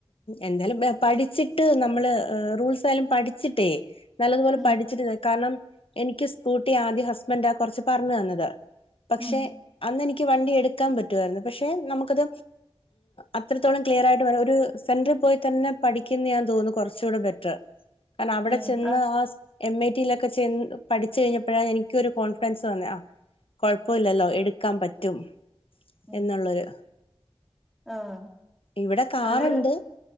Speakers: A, on the left (about 65°); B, in the centre.
A: എന്തായാലും പഠിച്ചിട്ട് നമ്മള് റൂൾസായാലും പഠിച്ചിട്ടേ നല്ലതുപോലെ
B: ഉം
A: പഠിച്ചിട്ടു കാരണം എനിക്ക് സ്കൂട്ടി ആദ്യം ഹസ്ബന്റാ കുറച്ച് പറഞ്ഞ് തന്നത് പക്ഷെ
B: ഉം
A: അന്ന്നിക്ക് വണ്ടി എടുക്കാൻ പ റ്റുമായിരുന്നു പക്ഷെ നമുക്കത് അത്രത്തോളം ക്ലിയർയിട്ട് ഒരു സെന്ററിൽ പോയി തന്നെ പഠിക്കുന്നേ തോന്നുന്നു കുറച്ചുകൂടെ ബെറ്റർ കാരണം അവിടെ
B: ഉം
A: ചെന്ന്
B: ആഹ്
A: ആ എം ഐ ടിയിലൊക്കെ ച പഠിച്ചു കഴിഞ്ഞപ്പോഴാ എനിക്കൊരു കോൺഫിഡൻസ് വന്ന ആഹ് കുഴപ്പമില്ലല്ലോ എടുക്കാൻ പറ്റും
B: ഉം
A: എന്നുള്ളൊരു
B: ആഹ്
A: ഇവിടെ കാറുണ്ട്
B: അത്